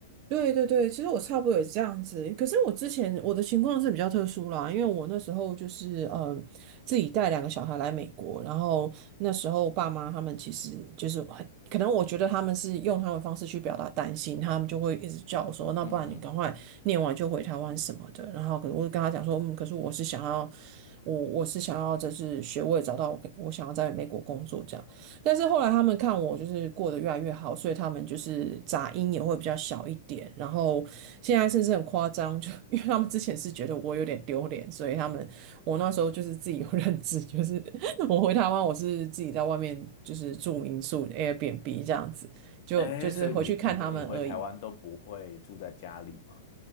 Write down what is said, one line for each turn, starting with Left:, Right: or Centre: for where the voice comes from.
Right: 对对对，其实我差不多也是这样子。可是我之前我的情况是比较特殊啦，因为我那时候就是呃自己带两个小孩来美国，然后那时候爸妈他们其实就是很可能我觉得他们是用他们的方式去表达担心，他们就会一直叫我说，那不然你赶快念完就回台湾什么的。
Left: 嗯嗯，
Right: 然后可能我就跟他讲说，嗯，可是我是想要我我是想要就是学位找到我我想要在美国工作这样。但是后来他们看我就是过得越来越好，所以他们就是杂音也会比较小一点。然后现在甚至很夸张，就 <laughs> 因为他们之前是觉得我有点丢脸，所以他们我那时候就是自己有认知，就是 <laughs> 我回台湾我是自己在外面就是住民宿 Airbnb 这样子，就就是回去看他们而已。
Left: 哎，所以你你都你回台湾都不会住在家里吗？